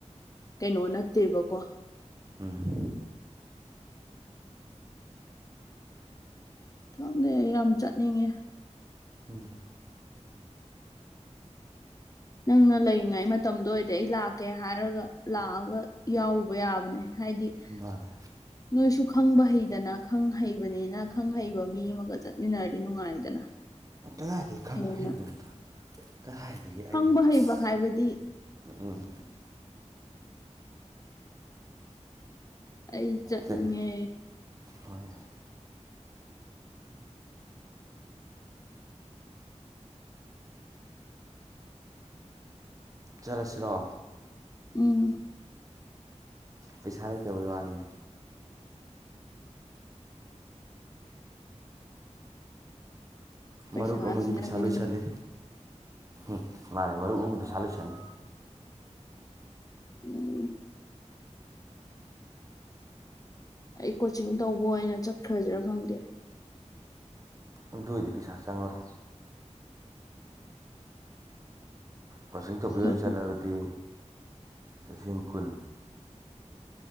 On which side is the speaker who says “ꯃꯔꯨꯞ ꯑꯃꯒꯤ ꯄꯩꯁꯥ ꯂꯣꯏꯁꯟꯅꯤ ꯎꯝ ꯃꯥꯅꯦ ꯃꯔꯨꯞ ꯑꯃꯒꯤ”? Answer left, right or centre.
Right